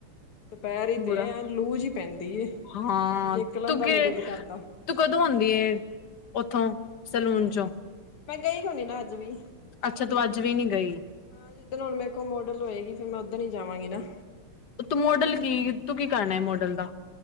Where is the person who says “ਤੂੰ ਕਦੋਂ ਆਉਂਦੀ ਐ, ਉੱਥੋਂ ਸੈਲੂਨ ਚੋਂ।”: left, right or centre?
Left